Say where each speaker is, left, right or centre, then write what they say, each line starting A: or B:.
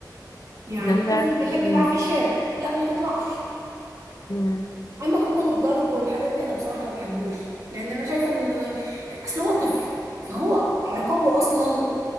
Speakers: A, on the right; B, on the left.
A: يعني
B: ده فعلا
A: طفل بيحب يلعب
B: مم.
A: في الشارع لا ما تطلعش
B: مم.
A: اما ككون الضرب والحاجات دي انا بصراحه ما بحبوش لان انا شايفه ان اصل هو طفل فهو عقابه اصلا